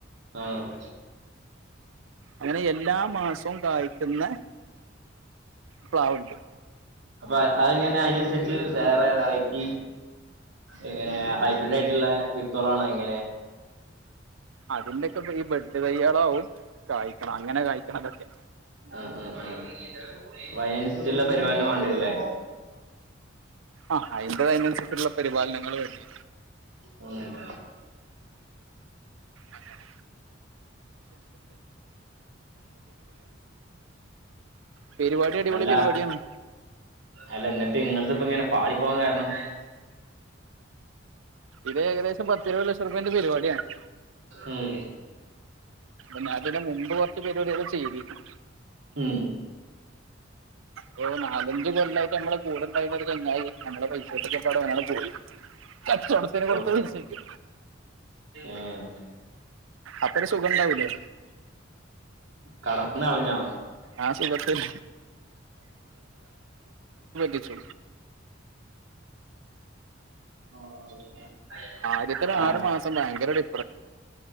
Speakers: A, on the right (about 65°); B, on the right (about 90°).
A: ആഹ്
B: അങ്ങനെ എല്ലാ മാസോം കായ്ക്കുന്ന പ്ലാവ്ണ്ട്
A: അപ്പൊആങ്ങന അയ്നൻസരിച്ച് വേറെ വെറൈറ്റി എങ്ങനെ ഹൈബ്രിഡ് യിട്ടുള്ള വിത്തോളാണോ എങ്ങനെ
B: അതിന്റെക്കെപ്പ ഈ ബെഡ് തയ്യാളാവും കാ യ് ക്കണ അങ്ങനെ കായ്ക്കണതക്കെ
A: ഉം ഉം ഉം പ്പ അയന്ആൻസരിച് ല്ല പരിപാടിന്നെ വേണ്ടേര്ല്ലെ
B: ആഹ് അയ്ന്റത് അയിന്സരിച്ചുള്ള പരിപാലനങ്ങള് വേണ്ടി
A: ഉം
B: അങ്ങന പേര്പാടി അടിപൊളി
A: അല്ല
B: പെര്വാടി ആണ്
A: അല്ല ന്നിട്ട് ഇങ്ങളത്പ്പ ഇങ്ങനെ പാളി പോകാൻ കാരണം
B: ഇത് ഏകദേശംപത്ത്ഇര്പത് ലക്ഷം ഉർ പ്യന്റെ പര് വാടിആണ്
A: ഉം
B: ന്ന തിന് മുമ്പ് കൊറച്ച് പര്വാടിയള് ചെയ്തിര്ന്നു
A: ഉം
B: പ്പൊ നാലഞ്ച് കൊല്ലാ യിട്ട് നമ്മളെ കൂടെണ്ടായിര് ന്ന ഒര് ച്ച ങ്ങാ യി നമ്മളെ പൈസട്ടൊക്കെ പാടെ ഓന്ണ്ട് പോയി കച്ചോടത്തിന് കൊട്ത്ത
A: ഓ
B: പയ്സക്ക്
A: ഏഹ്
B: അപ്പോരു സുഖണ്ടാവൂലേ
A: കട ന്ന ള്ഞ്ഞോ
B: ആ സുഖത്തിൽ ച്ച്
A: <unintelligible>
B: ആദ്യത്തെര്
A: ആഹ്
B: ആറ് മാസം ഭയങ്കരടി